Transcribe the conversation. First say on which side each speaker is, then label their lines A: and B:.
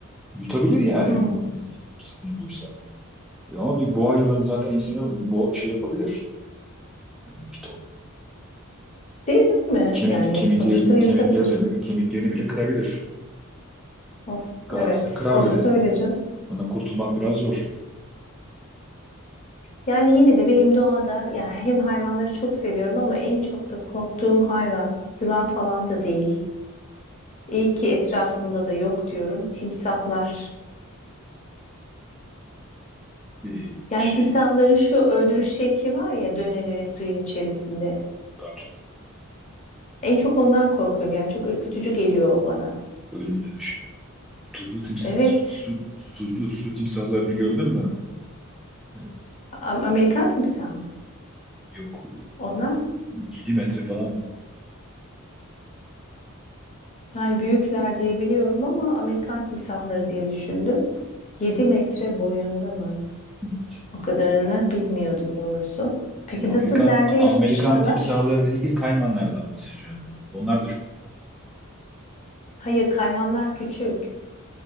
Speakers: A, in the centre; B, on the left.
A: yutabilir yani
B: hmm,
A: bu, bu fırsatını bulursa. Ama bir boğa yılanı zaten insanı bo şey yapabilir. Yani piton
B: değil mi?
A: Kemik
B: Yani
A: kemiklerini
B: sonuçta yutabilir.
A: kemiklerini kemiklerini bile kırabilir.
B: Of,
A: Kalarsa
B: evet,
A: kırar
B: orası
A: yani. Kurt-
B: öyle canım.
A: Ondan kurtulmak biraz zor.
B: Yani yine de benim doğada ya hem hayvanları çok seviyorum ama en çok da korktuğum hayvan yılan falan da değil. İyi ki etrafımda da yok diyorum. Timsahlar.
A: Ee,
B: Yani
A: şey
B: timsahların şu öldürüş şekli var ya döne döne suyun içerisinde.
A: parçalı.
B: En çok ondan korkuyorum. Yani çok ürkütücü geliyor o bana.
A: Ölüm dönüşü. Tuzlu timsi,
B: Evet.
A: su, su, tuzlu su timsahlarını gördün mü? Ee,
B: Am- Amerikan timsahı mı?
A: yok
B: Onlar mı?
A: 7 metre falan boyu.
B: yani büyükler diye biliyorum ama Amerikan timsahları diye düşündüm. 7 metre boyunda mı?
A: Yok.
B: O kadarını bilmiyordum doğrusu. Peki
A: Şimdi Amerikan
B: nasıl, nerede yaşıyorlar?
A: Amerikan timsahları dedikken kaymanlardan bahsediyorum. Onlar da çok
B: Hayır, kaymanlar küçük.